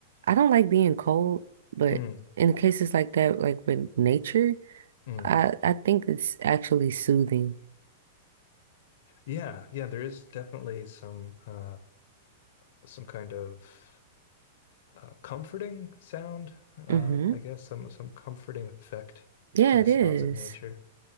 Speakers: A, on the right; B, on the left.
A: I don't like being cold, but
B: Mm,
A: in cases like that, like with nature,
B: mm.
A: I I think it's actually soothing.
B: Yeah. Yeah. There is definitely some uh, some kind of uh, comforting sound, uh,
A: hmm
B: I guess, some some comforting effect
A: Yeah,
B: to the
A: it
B: sounds
A: is.
B: of nature.